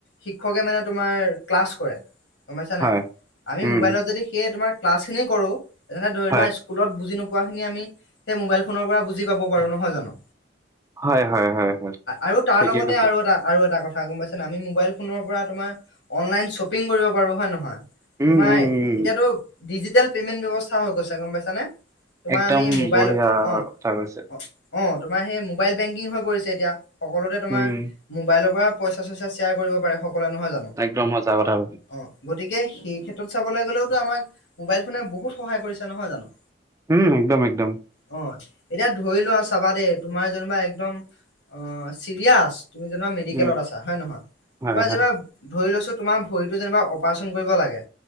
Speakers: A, on the left; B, on the right.
A: শিক্ষকে মানে তোমাৰ ক্লাছ কৰে। গ'ম পাইছা
B: হয়।
A: নাই আমি
B: উম,
A: মোবাইলত যদি সেই তোমাৰ ক্লাছখিনি কৰোঁ। তেনেহ'লে ধৰি
B: হয়,
A: লোৱা স্কুলত বুজি নোপোৱা খিনি মোবাইল ফোনৰ পৰা বুজি পাব পাৰো নহয় জানো।
B: হয়, হয়, হয়, হয়,
A: আৰু তাৰ
B: ঠিকে
A: লগতে
B: কৈছে।
A: আৰু এটা আৰু এটা কথা গ'ম পাইছা নে নাই। আমি মবাইল ফোনৰ পৰা তোমাৰ অনলাইন শ্বপিং কৰিব পাৰো হয় নহয়।
B: উম,
A: তোমাৰ
B: উম, উম,
A: এতিয়াতো ডিজিটেল পেমেণ্ট ব্যৱস্থা হৈ গৈছে গ'ম পাইছ নে। তোমাৰ
B: একদম
A: আমি মোবাইল
B: বঢ়িয়া
A: অ',
B: কথা কৈছে।
A: অ'। অ, তোমাৰ সেই মোবাইল বেংকিং হৈ গৈছে এতিয়া, সকলোতে তোমাৰ
B: উম,
A: মোবাইলৰ পৰা পইচা-চইচা শ্বেয়াৰ কৰিব পাৰে সকলো, নহয় জানো।
B: একদম সঁচা কথা কৈছা।
A: অ, গতিকে সেই ক্ষেত্ৰত চাবলৈ গ'লেওতো আমাক মোবাইল ফোনে বহুত সহায় কৰিছে, নহয় জানো?
B: উম, একদম-একদম।
A: অ, এতিয়া ধৰি লোৱা আৰু চাবা দেই তোমাৰ যেনিবা একদম অ চিৰিয়াচ তুমি যেনিবা মেডিকেলত
B: উম,
A: আছা হয় নহয়?
B: হয়,
A: তোমাৰ
B: হয়,
A: যেনিবা ধৰি লৈছো তোমাৰ ভৰিটো যেনিবা অপাৰচন কৰিব লাগে